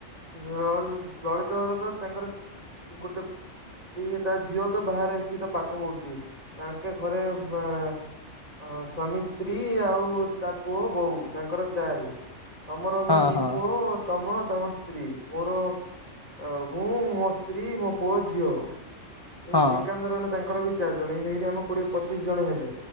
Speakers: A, on the right; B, on the left.
A: ଲଳ- ଲଳିତ ଘର ତ ତାଙ୍କର ତ ଗୋଟେ ଇଏ ତା ଝିଅ ତ ବାହାରେ ସିଏ ତ ପାଠ ପଢୁଛି, ତାଙ୍କେ ଘରେ ବା ହଁ ସ୍ୱାମୀ ସ୍ତ୍ରୀ ଆଉ ତା ପୁଅ ବୋଉ ତାଙ୍କର ଚାରି। ତୋମର ବି
B: ହଁ
A: ଦି
B: ହଁ
A: ପୁଅ ତୋମ ତୋମ ସ୍ତ୍ରୀ, ମୋର ଅ, ମୁଁ ମୋ ସ୍ତ୍ରୀ, ମୋ ପୁଅ, ଝିଅ। ଏଇ
B: ହଁ
A: ଶ୍ରୀକାନ୍ତ ରହିଲେ ତାଙ୍କର ବି ଚାରି ଜଣ, ଏମତି ଏଇଠି ଆମ କୋଡିଏ ପଚିଶ ଜଣ ହେଲେ,